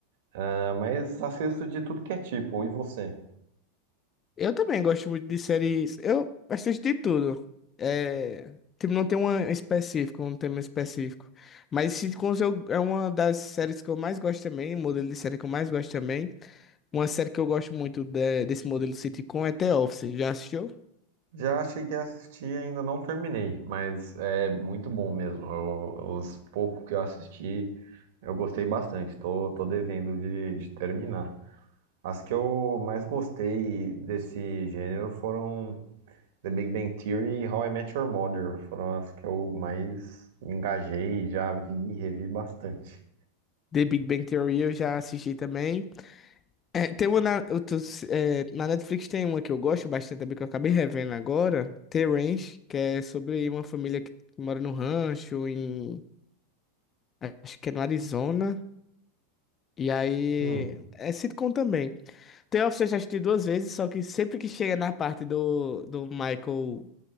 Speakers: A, on the right; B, on the left.
A: Ah, mas assisto de tudo que é tipo, e você?
B: Eu também gosto muito de séries. Eu assisto de tudo. É... Tipo, não tem uma específica, um tema específico. Mas Sitcoms eu... é uma das séries que eu mais gosto também, um modelo de série que eu mais gosto também. Uma série que eu gosto muito de- desse modelo sitcom é The Office. Já assistiu?
A: Já cheguei a assistir e ainda não terminei, mas é muito bom mesmo. Eu- os poucos que eu assisti, eu gostei bastante, tô, tô devendo de de terminar. As que eu mais gostei desse gênero foram. The Big Bang Theory e How I Met Your Mother foram as que eu mais me engajei, e já vi e revi bastante.
B: The Big Bang Theory eu já assisti também. É, tem uma na, eu tô- é, na Netflix tem uma que eu gosto bastante também, que eu acabei revendo agora, The Ranch, que é sobre uma família que mora no rancho, em, acho que é no Arizona. E aí,
A: Hum,
B: é sitcom também. The Office eu já assisti duas vezes, só que sempre que chega na parte do, do Michael